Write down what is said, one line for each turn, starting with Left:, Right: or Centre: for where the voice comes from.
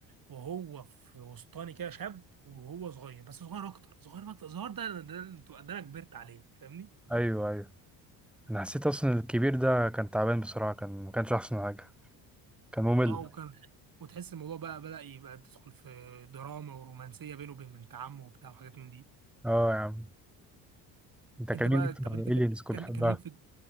Right: وهو في وسطاني كده شاب وهو صغير بس صغير اكتر صغير اكتر صغير ده ده, ده انا كبرت عليه فاهمني
Centre: ايوه ايوه انا حسيت اصلا الكبير ده كان تعبان بصراحه كان ما كانش احسن حاجه كان ممل
Right: اه وكان وتحس الموضوع بقى بدأ يبقى تدخل في دراما ورومانسية بينه وبين بنت عمه وبتاع وحاجات من دي
Centre: اه يا عم انت كان
Right: انت بقى
Centre: مين اكتر
Right: طب انت
Centre: الينز
Right: كان
Centre: كنت
Right: كان,
Centre: بتحبها
Right: كان ليك في